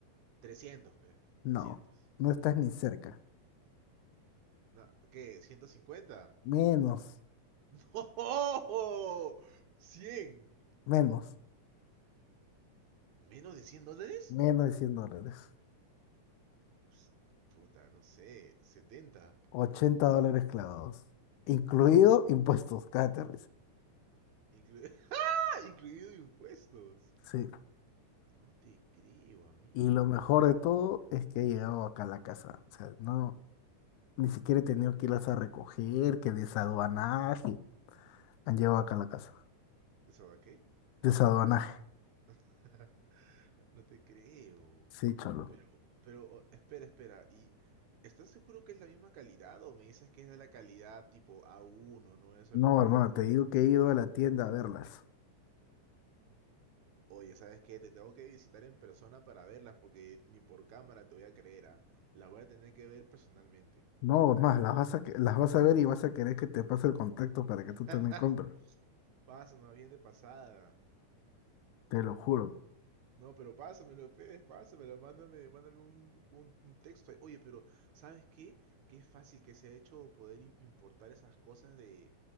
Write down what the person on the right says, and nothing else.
Trescientos, pe.
trescientos.
No, ¿Qué? ¿ciento cincuenta.
<laughs> ¡No! cien.
¿Menos de 100 dólares?
Ps, Puta, no sé. setenta.
Inclu- <laughs> ¡Ah! Incluido impuestos.
No te creo, amigo.
¿De sabes qué?
<laughs> No te creo.
Pero, pero, o- espera, espera. ¿Y estás seguro que es la misma calidad o me dices que es de la calidad tipo A1, no? Eso
es lo que,
Oye, ¿sabes qué? Te tengo que visitar en persona para verlas porque ni por cámara te voy a creer, ¿ah? Las voy a tener que ver personalmente.
<laughs>
Pásame bien de pasada.
No, pero pásamelo, Fede, pásamelo, mándame, mándame un, un- un texto. ahí. Oye, pero ¿sabes qué? Qué fácil que se ha hecho poder im- importar esas cosas de,